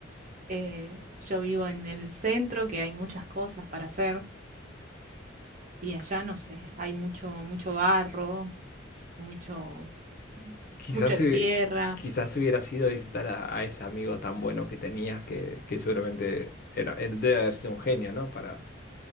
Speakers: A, on the right; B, on the left.
A: eh, yo vivo en, en el centro, que hay muchas cosas para hacer, y allá no sé, hay mucho, mucho barro, mucho,
B: quizás,
A: mucha tierra.
B: hu- quizás hubiera sido visitar a, a ese amigo tan bueno que tenías, que, que seguramente era, él debe haber sido un genio, ¿no? Para,